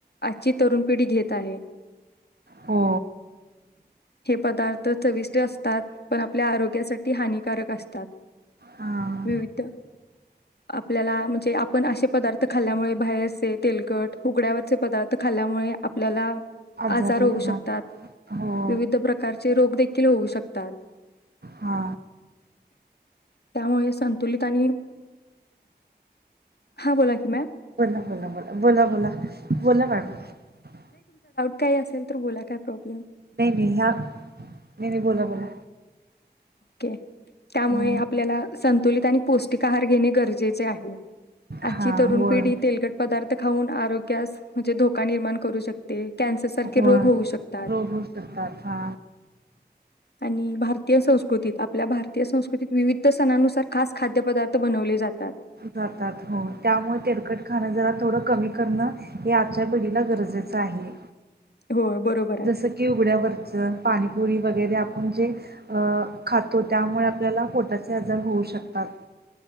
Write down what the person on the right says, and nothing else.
हो
हां
आजारी
हां हो
हा.
बोला बोला बोला बोला बोला बोला मॅडम
नाही नाही हा नाही नाही बोला बोला
ह
हा
होय
हो
रोग शकतात ह
जातात हो त्यामुळे तेरकट खाणं जरा थोडं कमी करणं हे आजच्या पिढीला गरजेचं आहे
जसं की उघड्यावर पाणीपुरी वगरे आपण जे खातो त्यामुळे आपल्याला पोटाचे आजार होऊ शकतात